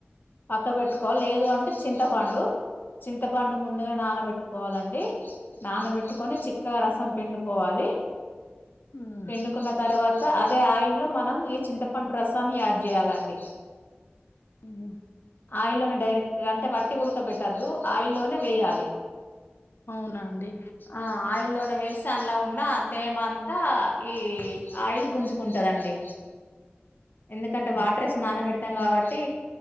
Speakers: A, on the left; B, on the left.
A: పక్క పెట్టుకోవాలి లేదు అంటే చింతపండు చింతపండు ముందుగా నానబెట్టుకోవాలండి నానబెట్టుకొని చిక్కగా రసం పిండుకోవాలి
B: ఉమ్
A: పిండుకున్న తర్వాత అదే ఆయిల్లో మనం ఈ చింతపండు రసం యాడ్ చేయాలండి
B: ఉనా
A: ఆయిల్లోనే డైరెక్ట్గా అంటే వట్టివి ఉడకబెట్టద్దు ఆయిల్లోనే వేయాలి
B: అవునా అండి
A: ఆ ఆయిల్లోనే వేస్తే అందులో ఉన్న తేమ అంతా ఈ ఆయిల్ గుంజుకుంటాదండి ఎందుకంటే వాటర్
B: ఉమ్
A: ఏసి నానపెడతాం కాబట్టి